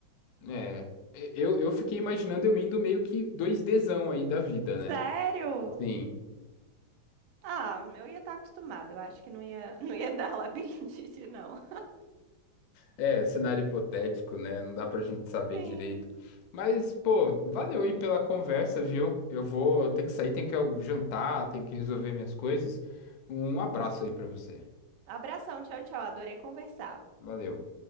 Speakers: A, on the left (about 75°); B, on the right (about 80°).
A: É, eu, eu fiquei imaginando eu indo meio que dois dzão aí da vida, né?
B: Sério?
A: Sim,
B: Ah, eu ia estar acostumada. Eu acho que não ia, <laughs> não ia dar <laughs> labirintite, não.
A: é cenário hipotético, né? Não dá pra gente saber
B: Sim.
A: direito. Mas, pô, valeu aí pela conversa, viu? Eu vou ter que sair, tenho que jantar, tenho que resolver minhas coisas. Um abraço aí pra você.
B: Abração, tchau, tchau. Adorei conversar.
A: Valeu.